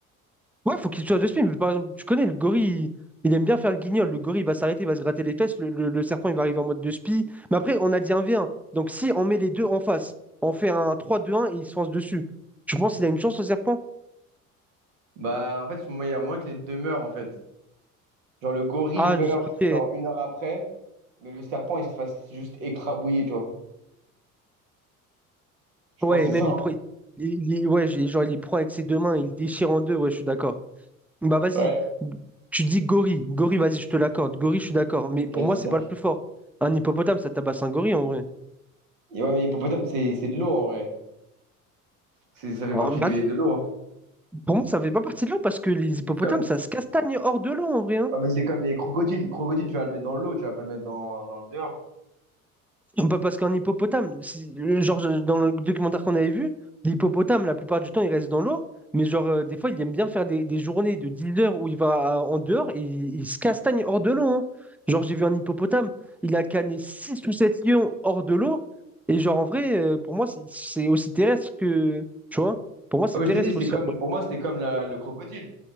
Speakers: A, in the centre; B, on the right.
A: Ouais, faut qu'il soit de spin. Mais par exemple, tu connais le gorille, il, il aime bien faire le guignol. Le gorille il va s'arrêter, il va se gratter les fesses. Le, le- le serpent, il va arriver en mode de spi. Mais après, on a dit un v 1. Donc, si on met les deux en face, on fait un trois deux un et il se fonce dessus, tu penses qu'il a une chance au serpent?
B: Bah, en fait, il y a moyen que les deux meurent, en fait. Genre, le gorille,
A: Ah,
B: il meurt,
A: je- ok.
B: genre, une heure après. Mais le serpent, il se fasse juste écrabouiller, tu vois. Je
A: Ouais,
B: pense que
A: et même
B: c'est ça,
A: il,
B: hein.
A: pre- il, il- ouais, j'ai- genre, il les prend avec ses deux mains, il les déchire en deux, ouais, je suis d'accord. Bah vas-y,
B: Ouais.
A: tu dis gorille, gorille, vas-y, je te l'accorde, gorille, je suis d'accord, mais
B: Vas-y,
A: pour moi,
B: serpent.
A: c'est pas le plus fort. Un hippopotame, ça tabasse un gorille en vrai.
B: Et ouais, mais hippopotame, c'est c'est de l'eau, en vrai. C'est- Ça fait
A: Alors,
B: partie
A: bah,
B: des, de l'eau, hein.
A: pour moi, ça fait pas partie de l'eau parce que les hippopotames,
B: C'est Comme.
A: ça se castagne hors de l'eau en vrai. hein.
B: Ouais, mais c'est comme les crocodiles. Le crocodile, tu vas le mettre dans l'eau, tu vas pas le mettre dans, dans le dehors.
A: Pas parce qu'un hippopotame, si- genre je- dans le documentaire qu'on avait vu, l'hippopotame, la plupart du temps, il reste dans l'eau, mais genre euh, des fois, il aime bien faire des, des journées de 10 heures où il va à- en dehors et il, il se castagne hors de l'eau. hein. Genre, j'ai vu un hippopotame, il a canné 6 ou 7 lions hors de l'eau, et genre en vrai, euh, pour moi, c'est c'est aussi terrestre que. Tu vois? Pour moi, c'est
B: Ouais, mais
A: terrestre
B: je t'ai dit, c'était
A: aussi.
B: comme,
A: En vrai.
B: pour moi, c'était comme la- le crocodile.